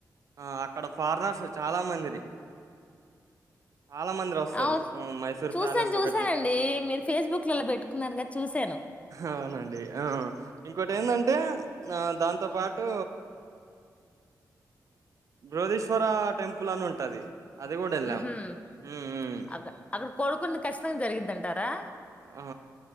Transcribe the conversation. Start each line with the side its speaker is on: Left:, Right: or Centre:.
Right: ఆ అక్కడ ఫారినర్స్ చాలా మందిది చాలా మంది వస్తారు
Left: అవు
Right: మైసూర్
Left: చూసాను
Right: ప్యాలెస్
Left: చూసానండి
Right: ఒకటి
Left: మీరు ఫేస్బుక్ లలో పెట్టుకున్నారుగా చూసాను
Right: అవునండి ఆ ఇంకోటి ఏంటంటే ఆ దాంతో పాటు బృహదీశ్వర టెంపుల్ అని ఉంటది అది గూడా ఎళ్ళాం.
Left: ఉహ్మ్
Right: హ్మ్ హ్మ్
Left: అక్క అక్కడ కోరుకున్న కచ్చితంగా జరిగిందంట అ
Right: ఆ